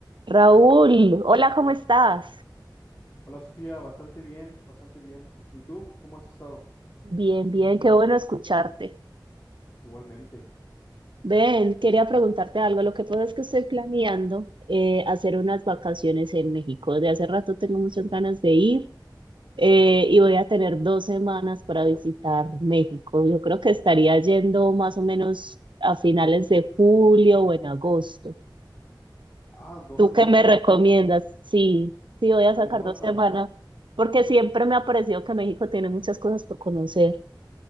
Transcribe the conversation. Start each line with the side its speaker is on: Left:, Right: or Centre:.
Right: Raúl, hola, ¿cómo estás?
Left: Hola Sofía, bastante bien, bastante bien. ¿Y tú? ¿Cómo has estado?
Right: Bien, bien, qué bueno escucharte.
Left: Igualmente.
Right: Ven, quería preguntarte algo. Lo que pasa es que estoy planeando eh, hacer unas vacaciones en México. De hace rato tengo muchas ganas de ir eh, y voy a tener dos semanas para visitar México. Yo creo que estaría yendo más o menos a finales de julio o en agosto.
Left: Ah, dos
Right: ¿Tú
Left: semanas.
Right: qué me recomiendas?
Left: Vas a-
Right: Sí, sí, voy a
Left: Pues
Right: sacar
Left: mira, basta.
Right: dos semanas porque siempre me ha parecido que México tiene muchas cosas por conocer.